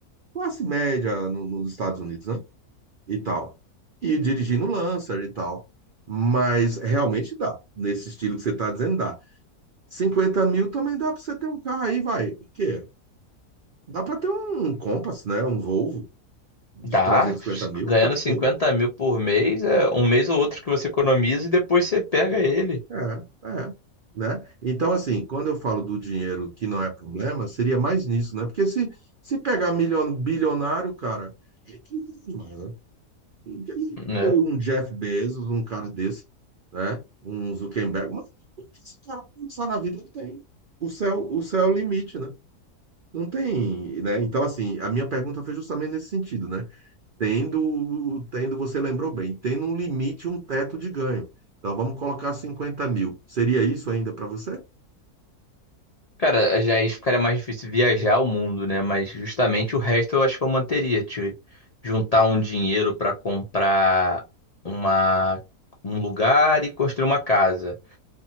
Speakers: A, on the right (about 75°); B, on the left (about 75°).
A: classe média no- nos Estados Unidos, né? E tal. E dirigindo Lancer e tal. Mas realmente dá. Nesse estilo que você está dizendo, dá. cinquenta mil também dá para você ter um carro aí, vai. O quê? Dá para ter um Compass, né? Um Volvo de
B: Dá,
A: 350 mil,
B: ganhando
A: tranquilo.
B: 50 mil por mês, é um mês ou outro que você economiza e depois você pega ele,
A: É, é. Né? Então, assim, quando eu falo do dinheiro que não é problema, seria mais nisso, né? Porque se, se pegar milhon, bilionário, cara, é que é demais, né? E aí,
B: né?
A: um Jeff Bezos, um cara desse, né? Um Zuckerberg. Mas o que esse cara pensar na vida, ele tem. O céu, o céu é o limite, né? Não tem, né? Então, assim, a minha pergunta foi justamente nesse sentido, né? Tendo, tendo, você lembrou bem, tendo um limite, um teto de ganho. Então, vamos colocar 50 mil. Seria isso ainda para você?
B: Cara, já- aí ficaria mais difícil viajar o mundo, né? Mas justamente o resto eu acho que eu manteria, tipo, juntar um dinheiro pra comprar uma um lugar e construir uma casa